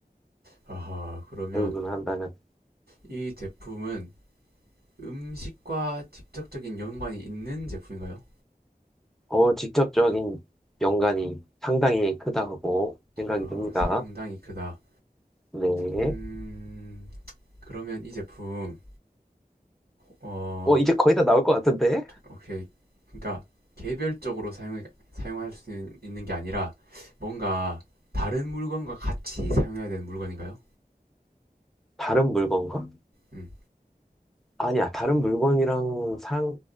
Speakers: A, on the right; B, in the centre.
A: 아하, 그러면
B: 배우기만 한다면.
A: 이 제품은 음식과 직접적인 연관이 있는 제품인가요?
B: 어, 직접적인 연관이 상당히 크다고 생각이
A: 어,
B: 듭니다.
A: 상당히 크다.
B: 네.
A: 음, 그러면 이 제품, 어,
B: 어, 이제 거의 다 나올 것 같은데?
A: 오케이. 그러니까 개별적으로 사용, 사용할 수 있는, 게 아니라 뭔가 다른 물건과 같이 사용해야 되는 물건인가요?
B: 다른 물건과?
A: 음,
B: 아니야, 다른 물건이랑 상